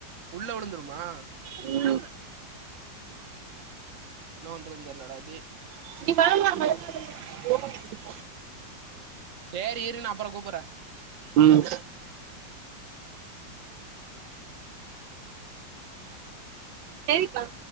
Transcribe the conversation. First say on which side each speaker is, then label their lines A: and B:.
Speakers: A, on the right (about 45°); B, on the right (about 80°).
A: உள்ள வுழுந்துருமா
B: இல்ல
A: என்னா பண்றதுன் தெர்லடா டே
B: <unintelligible>
A: சேரி இரு நா அப்பறோ கூப்புற
B: ம் ம் சரிக்கா